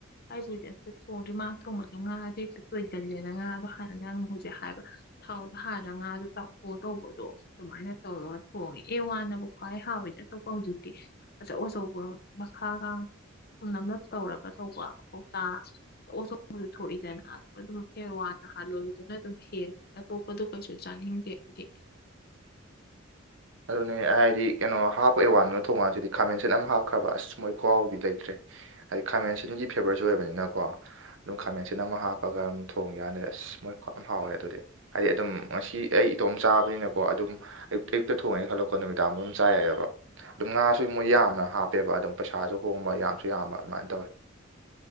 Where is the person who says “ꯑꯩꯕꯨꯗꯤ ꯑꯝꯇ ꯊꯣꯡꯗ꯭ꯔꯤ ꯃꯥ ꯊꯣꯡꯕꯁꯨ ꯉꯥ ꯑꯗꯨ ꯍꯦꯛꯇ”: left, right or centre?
Left